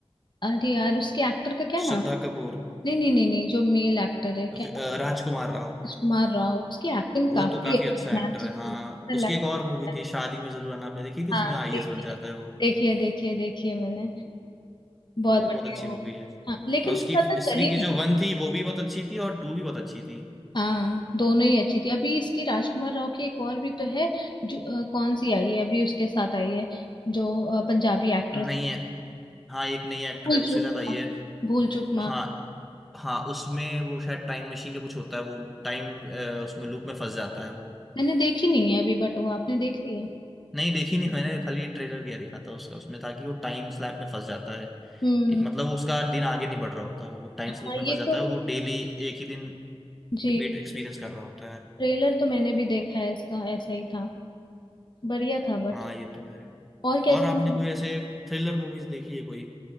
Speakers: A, on the left; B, in the centre.
A: अरे यार उसके एक्टर का क्या नाम
B: श्रद्धा कपूर
A: नहीं नहीं नहीं नहीं जो मेल एक्टर है क्या
B: वि- अ, राजकुमार राव
A: राजकुमार राव उसकी एक्टिंग
B: वो
A: काफी
B: तो काफी
A: अच्छी
B: अच्छा
A: नेचुरल
B: एक्टर है हाँ उसकी
A: लगता
B: एक और मूवी
A: है
B: थी शादी में जरूर आना आपने देखी थी इसमें
A: हाँ
B: आईएएस
A: देखिए
B: बन जाता है वो
A: देखिए देखिए देखिए मैंने बहुत
B: वो भी
A: बढ़िया
B: बहुत अच्छी
A: है वो
B: मूवी
A: भी
B: है
A: हाँ लेकिन
B: और उसकी
A: वो ज्यादा
B: स्त्री
A: चली
B: की
A: नहीं
B: जो वन थी वो भी बहुत अच्छी थी और टू भी बहुत अच्छी थी
A: हाँ दोनों ही अच्छी थी अभी इसकी राजकुमार राव की एक और भी तो है जो अ, कौन सी आई है अभी उसके साथ आई है जो अ, पंजाबी एक्ट्रेस
B: नहीं है हाँ एक नई एक्टर
A: भूल
B: है उसके
A: चूक
B: साथ आई
A: माफ,
B: है
A: भूल चूक
B: हाँ
A: माफ
B: हाँ उसमें वो शायद टाइम मशीन का कुछ होता है वो टाइम उसमें लूप में फंस जाता है वो
A: मैंने देखी नहीं है अभी बट वो आपने देख ली है
B: नहीं देखी नहीं मैंने खाली ट्रेलर गया दिखा था उसका उसमें था कि वो टाइम स्लैप में फंस जाता है
A: हम्म
B: एक मतलब उसका दिन आगे नहीं बढ़ रहा होता वो टाइम
A: हाँ
B: लूप में
A: ये
B: फंस जाता
A: तो
B: है वो डेली एक ही दिन
A: जी
B: रिपीट एक्सपीरियंस कर रहा होता है
A: ट्रेलर तो मैंने भी देखा है इसका ऐसा ही था बढ़िया था बट
B: हाँ ये तो है
A: और कैसी
B: और आपने कोई ऐसे थ्रिलर मूवीज देखी है कोई